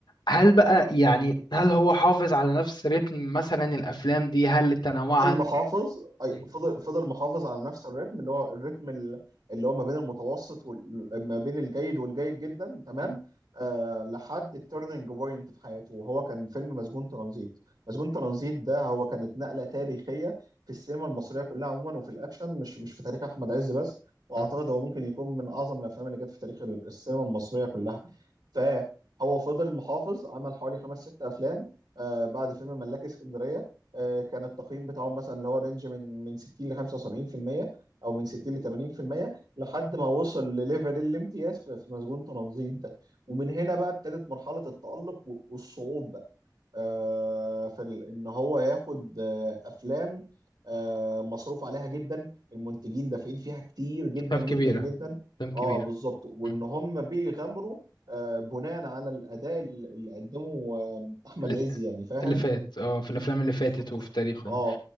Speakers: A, on the left; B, on the right.
A: هل بقى يعني هل هو حافظ على نفس رتم مثلا الأفلام دي هل تنوعت
B: فضل محافظ اي
A: مم.
B: فضل فضل محافظ على نفس الريتم اللي هو الريتم ال- اللي هو ما بين المتوسط وال... ما بين الجيد والجيد جدا تمام
A: مم.
B: آه لحد التيرنينج بوينت في حياته وهو كان فيلم مسجون ترانزيت مسجون ترانزيت ده هو كانت نقلة تاريخية في السينما المصرية كلها عموما وفي الاكشن مش مش في تاريخ احمد عز بس واعتقد
A: مم.
B: هو ممكن يكون من اعظم الافلام اللي جت في تاريخ السينما المصرية كلها فهو فضل محافظ عمل حوالي خمس ست افلام آه بعد فيلم ملاك اسكندرية آه، كان التقييم بتاعهم مثلا اللي هو رينج من من 60 ل 75% او من 60 ل 80% لحد ما وصل لليفل الامتياز في في مسجون تنظيم ده ومن هنا بقى ابتدت مرحلة التألق و- والصعود بقى آه، فال- ان هو ياخد آه، افلام آه، مصروف عليها جدا المنتجين دافعين فيها كتير جدا
A: أفلام
B: جدا
A: كبيرة
B: جدا
A: أفلام كبيرة
B: اه بالظبط وان
A: مم.
B: هم بيغامروا آه، بناء على الاداء اللي اللي قدمه آه، احمد
A: اللي
B: عز يعني فاهم
A: اللي فات اه في الأفلام اللي فاتت
B: بالظبط
A: وفي
B: اه
A: تاريخه يعني